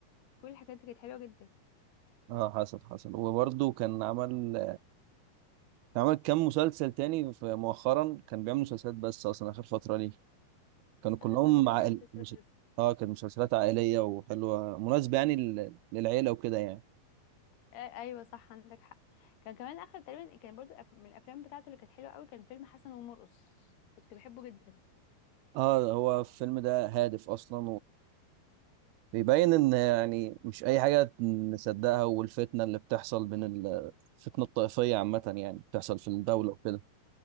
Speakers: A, on the left; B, on the right.
A: كل الحاجات دي كانت حلوه جدا
B: اه حصل حصل وبرضه كان عمل عمل كام مسلسل تاني في- مؤخرا كان بيعمل مسلسلات بس اصلا اخر فتره ليه كانوا كلهم
A: اخر فتره كان
B: عائل
A: بيعمل مسلسلات
B: مش...
A: بس
B: اه كانت مسلسلات عائليه وحلوه مناسبه يعني لل... للعيله وكده يعني
A: آه، ايوه صح عندك حق كان كمان اخر تقريبا كان برضو الأف- من الافلام بتاعته اللي كانت حلوه قوي كان فيلم حسن ومرقص كنت بحبه جدا
B: اه هو الفيلم ده هادف اصلا وبيبين ان يعني مش اي حاجه نصدقها والفتنه اللي بتحصل بين ال... الفتنه الطائفيه عامه يعني بتحصل في الدوله وكده